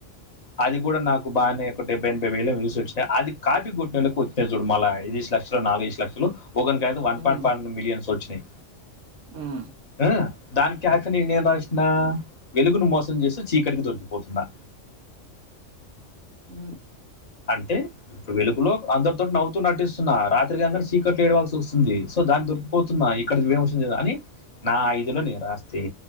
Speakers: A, on the left; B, on the right.
A: అది కూడా నాకు బాగానే ఒక డెబ్బై ఎనబై వేలు యూస్ వచ్చినయి అది కాపీ కొట్టినోలకి వచ్చినది చుడు మళ ఐదుఏసీ లక్షలు నాలుగుఏసీ లక్షలు ఒక నీకైతే one
B: hmm
A: point five millions వచ్చినాయి
B: హ్మ్
A: అ దానికి ఆప్షన్ నేను ఏం రాసిన వెలుగును మోసం చేస్తూ చీకటికి దొరికిపోతునదా <unintelligible>
B: ఊ
A: అంటే వెలుగులో అందరితోటి నవ్వుతూ నటిస్తున్నా రాత్రిగానే చీకట్లు ఏడవాల్సి వస్తుంది సో దాన్ని దొరికిపోతున్నా ఇక్కడ యూస్ వస్తుంది కాద అని నా ఐదులో నేను రాస్తే